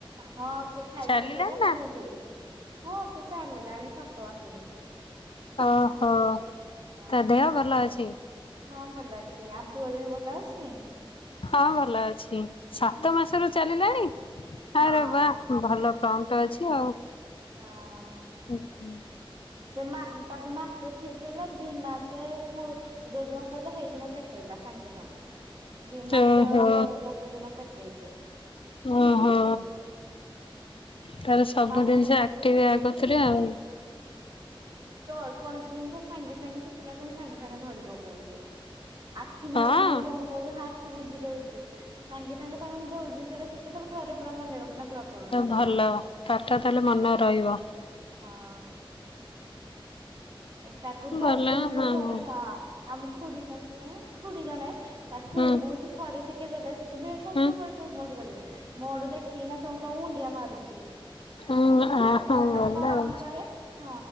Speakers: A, on the right; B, on the left.
A: ହଁ ସେ ଖାଇକି
B: ଚାଲିଲାଣି
A: ଶୋଇଲାଣି
B: ନା
A: ମୁଁ ବି ହଁ ସେ ଚାଲିଲାଣି ସାତ ମାସରୁ
B: ଓହୋ
A: ହଁ।
B: ତା ଦେହ ଭଲ ଅଛି।
A: ହଁ ଭଲ ଅଛି ଆ ପୁଅଦିହ ଭଲ ଅଛି।
B: ହଁ ଭଲ ଅଛି। ସାତ ମାସରୁ
A: ହଁ।
B: ଚାଲିଲାଣି
A: ହଁ
B: ଆରେ ବା ଭଲ ପ୍ରଣ୍ଟ ଅଛି ଆଉ
A: ହଁ!
B: ଆଛା <unintelligible>
A: ସେ ମା ତାକୁ ମାସେ ଠିକ୍ ହେଲା ଦି ମାସେ କୁ ଯଉ ଦିନ ପୁରିଲା ସେଇ ଦିନ ପେଟେଇଲା ସାଙ୍ଗେ ସାଙ୍ଗେ ଦି ମାସ
B: ଓହୋ
A: ହବ ଗୋଟେ ଦିନ ଫେଟେଇଛି
B: ଓହୋ
A: ହଁ
B: ତାହେଲେ ସବୁ
A: ପାଣି
B: ଜିନିଷ
A: ତାକୁସ୍ୟ
B: ଆକ୍ଟିଭ ଆ କତିରେ ଆଉ
A: ଅକୌଣସି ଜିନିଷ ସାଙ୍ଗେ ସାଙ୍ଗେ ଶିଖିଲା ପୁଣି ସାଙ୍ଗେ ସାଙ୍ଗେ ଧରିବ କହୁଛି। ଆଖି ମୁଁ
B: ହଁ
A: ମୁଁ ମୋ ବୁଲେଇଲେ ଆଖି ବୁଜି ଦଉଛି। ସାଙ୍ଗେ ସାଙ୍ଗେ ତାଙ୍କୁ ଯଉ ଜିନିଷଟା ଶିଖେଇଥବୁ ଥରେ ପୁରା ମନେ ରଖି ପୁରା କରୁଛି
B: ଭଲ
A: ପୁରା।
B: ପାଠ ତାହେଲେ ମନେ ରହିବ।
A: ହଁ ତାକୁ ଟୁକୁ
B: ଭଲ
A: ମୁଶି ସେ
B: ହଁ
A: ଥରେ
B: ହଁ ହୁଁ
A: ତ ଆମ ଖୁଡି ଶାଶୁ ଏଁ ଖୁଡି ଜଣେ ତାକୁ
B: ହୁଁ
A: ଟୁକୁ ମୁଷି ଥରେ ଶିଖେଇ ଦେଲେ ବି ସବୁବେଳେ
B: ହୁଁ।
A: ଟୁକୁ ମୁସି କରେ। ମୋଠୁ ଦେଖିକିନା ସମସ୍ତଙ୍କୁ ମୁଣ୍ଡିଆ ମାରୁଛି।
B: ହୁଁ
A: ହଁ
B: ଆ
A: ହ ନା
B: ଭଲ
A: ପ୍ରଣାମ
B: ଆଉ
A: କରେ ହଁ